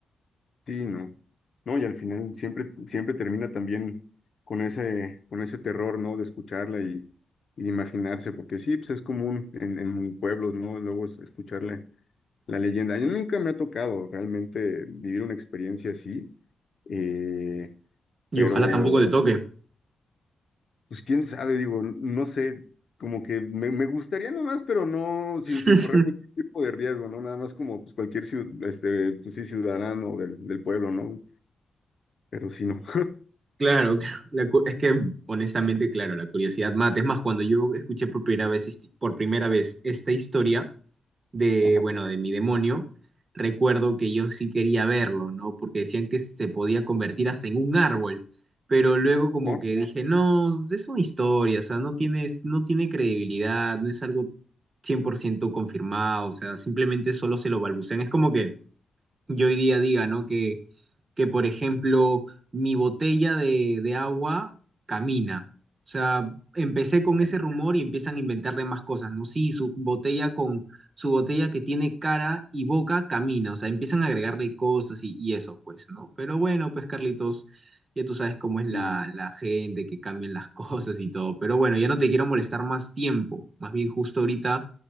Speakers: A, on the left; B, on the right.
A: Sí, no. No, y al final siempre, siempre termina también con ese, con ese terror, ¿no? De escucharla y, y de imaginarse, porque sí, pues es común en, en pueblos, ¿no? Luego es- escucharle la leyenda. Yo nunca me ha tocado realmente vivir una experiencia así, eh,
B: Y
A: pero
B: ojalá Claro. tampoco te toque.
A: pues quién sabe, digo, no sé, como que me, me gustaría nomás, pero no, sin,
B: <laughs>
A: sin correr ningún tipo de riesgo, ¿no? Nada más como pues, cualquier ciu- este, pues, sí, ciudadano del, del pueblo, ¿no? Pero sí, no.
B: Claro, claro. La cu- es que honestamente, claro, la curiosidad mata. Es más, cuando yo escuché por primera vez, histi- por primera vez esta historia, de,
A: <laughs>
B: bueno, de mi demonio, recuerdo que yo sí quería verlo, ¿no? Porque decían que se podía convertir hasta en un árbol, pero luego como
A: Oh,
B: que dije, no, es una historia, o sea, no tienes, no tiene credibilidad, no es algo 100% confirmado, o sea, simplemente solo se lo balbucean. Es como que yo hoy día diga, ¿no? Que, que por ejemplo, mi botella de, de agua camina. O sea, empecé con
A: eh,
B: ese rumor y empiezan a inventarle más cosas, ¿no? Sí, su botella con su botella que tiene cara y boca camina. O sea, empiezan a agregarle cosas y, y eso, pues, ¿no? Pero bueno, pues, Carlitos, ya tú sabes cómo es la,
A: eh,
B: la gente, que cambian las <laughs> cosas y todo. Pero bueno, ya no te quiero molestar más tiempo. Más bien, justo ahorita.